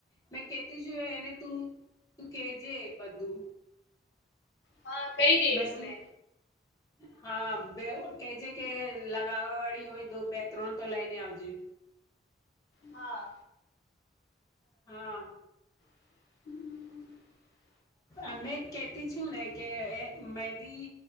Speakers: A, on the left; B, on the left.
A: મે કે કેતિ છુ એને તું તું કેજે બધું.
B: હા કઈ દઇસ
A: મેં તું
B: મે.
A: હા બે કે છે કે લગાવવા વાળી હોય તો બે ત્રણ તો લઈને આવજે.
B: હા.
A: હા.
B: <unintelligible>
A: અમે કહેતી છું ને કે એ મેંદી